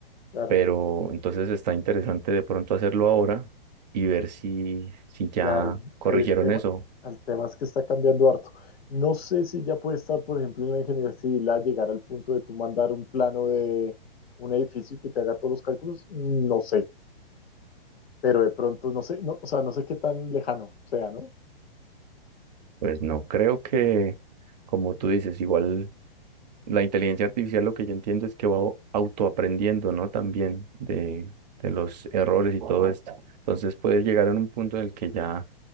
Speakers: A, on the left; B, on the right.
A: Claro.
B: Pero entonces está interesante de pronto hacerlo ahora y ver si, si ya
A: Claro,
B: corrigieron
A: ahí el tema,
B: eso.
A: el tema es que está cambiando harto. No sé si ya puede estar, por ejemplo, en la ingeniería civil a llegar al punto de tú mandar un plano de un edificio y que te haga todos los cálculos. No sé, pero de pronto no sé, no, o sea, no sé qué tan lejano sea, ¿no?
B: Pues no creo que, como tú dices, igual... La inteligencia artificial lo que yo entiendo es que va au- autoaprendiendo, ¿no? También de, de los errores y todo esto. Entonces puedes llegar a un punto en el que ya,